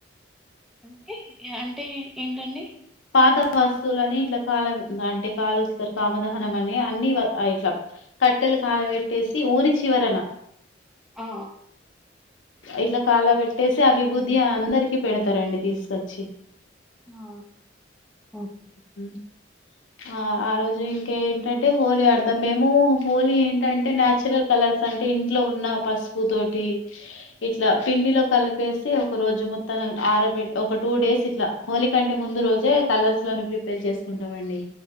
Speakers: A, in the centre; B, on the left.
A: అంటే ఇగ అంటే ఏ ఏంటండి
B: పాత వస్తువులని ఇట్ల కాల అంటే కాలుస్తరు కామదహనం అని, అన్ని ఇట్లా కట్టెలు కాల పెట్టేసి ఊరి చివరన
A: ఆ
B: ఇట్ల కాల పెట్టేసి ఆ విభూది అందరికి పెడతారండి తీసుకొచ్చి
A: ఆ ఓకే
B: ఉమ్. ఆ ఆ రోజు ఇంక ఏంటంటే హోలీ ఆడతాం మేము హోలీ ఏంటంటే నాచురల్ కలర్స్ అంటే ఇంట్లో ఉన్న పసుపు తోటి ఇట్లా పిండిలో కలిపేసి ఒక రోజు మొత్తం ఆరబెట్, ఒక టూ డేస్ ఇట్ల హోలి కంటే ముందు రోజే కలర్స్లని ప్రిపేర్ చేసుకుంటాం అండి.